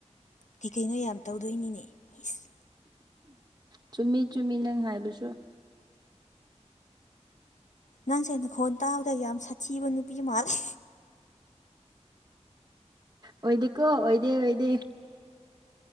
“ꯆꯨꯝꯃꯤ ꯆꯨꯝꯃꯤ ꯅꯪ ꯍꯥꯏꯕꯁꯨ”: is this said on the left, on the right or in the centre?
Right